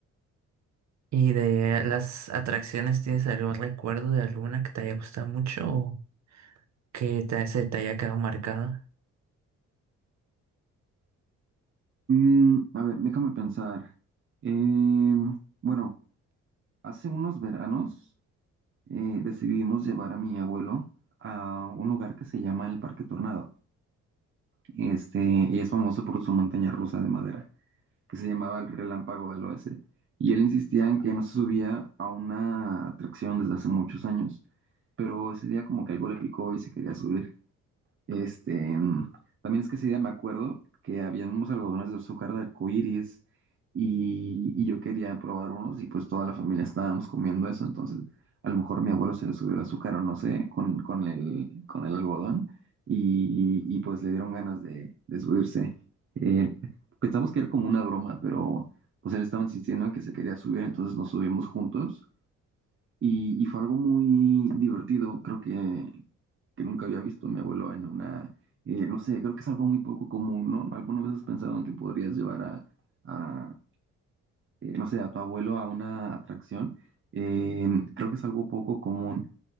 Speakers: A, on the right; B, on the right.
A: ¿Y de las atracciones tienes algún recuerdo de alguna que te haya gustado mucho o que te, se te haya quedado marcado?
B: Mm, a ver, déjame pensar. Em, bueno, hace unos veranos eh, decidimos llevar a mi abuelo a un lugar que se llama el Parque Tornado. Este, y es famoso por su montaña rusa de madera. que se llamaba el Relámpago del Oeste. Y él insistía en que no se subía a una atracción desde hace muchos años, pero ese día como que algo le picó y se quería subir. Este, mm, también es que ese día me acuerdo que había unos algodones de azúcar de arcoíris y, y yo quería probar unos y pues toda la familia estábamos comiendo eso, entonces a lo mejor mi abuelo se le subió el azúcar o no sé, con, con el, con el algodón y, y, pues le dieron ganas de, de subirse. Eh, pensamos que era como una broma, pero pues él estaba insistiendo en que se quería subir, entonces nos subimos juntos y, y fue algo muy divertido, creo que que nunca había visto a mi abuelo en una, eh, no sé, creo que es algo muy poco común, ¿no? ¿Alguna vez has pensado en que podrías llevar a, a, eh, no sé, a tu abuelo a una atracción? Eh, creo que es algo poco común,